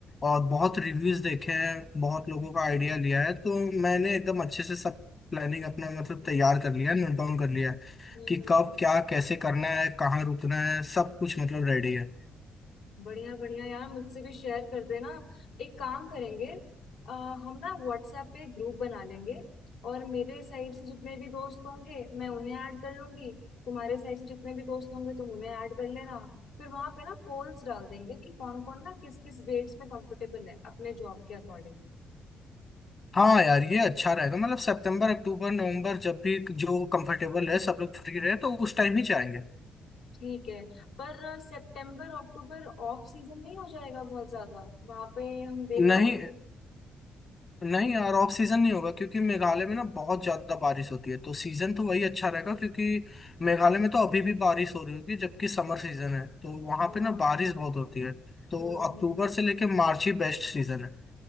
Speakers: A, on the left; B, on the left.
A: और बहुत रिव्यूज देखे हैं बहुत लोगों का आइडिया लिया है तो मैंने एकदम अच्छे से सब प्लानिंग अपना मतलब तैयार कर लिया है नोट डाउन कर लिया है
B: हम्म
A: कि
B: हम्म।
A: कब क्या कैसे करना है कहाँ रुकना है सब कुछ मतलब रेडी है
B: बढ़िया बढ़िया यार मुझसे भी शेयर कर देना एक काम करेंगे आ, हम ना व्हाट्सएप पे ग्रुप बना लेंगे और मेरे साइड से जितने भी दोस्त होंगे मैं उन्हें ऐड कर लूंगी तुम्हारे साइड से जितने भी दोस्त होंगे तुम उन्हें ऐड कर लेना फिर वहां पे ना पोल्स डाल देंगे कि कौन कौन ना किस किस वेट्स में कंफर्टेबल है अपने जॉब के अकॉर्डिंग
A: हाँ यार ये अच्छा रहेगा मतलब सितंबर अक्टूबर नवंबर जब भी जो कंफर्टेबल है सब लोग फ्री रहे तो उस टाइम ही जाएंगे
B: ठीक है पर सितंबर अक्टूबर ऑफ सीजन नहीं हो जाएगा बहुत ज्यादा वहां पे हम देख
A: नहीं
B: पाएंगे
A: नहीं यार ऑफ सीजन नहीं होगा क्योंकि मेघालय में ना बहुत ज्यादा बारिश होती है तो सीजन तो वही अच्छा रहेगा क्योंकि मेघालय में तो अभी भी बारिश हो रही होगी जबकि समर सीजन है तो वहां
B: हाँ
A: पे ना बारिश बहुत होती है तो
B: हम्म हम्म।
A: अक्टूबर से लेके मार्च ही बेस्ट सीजन है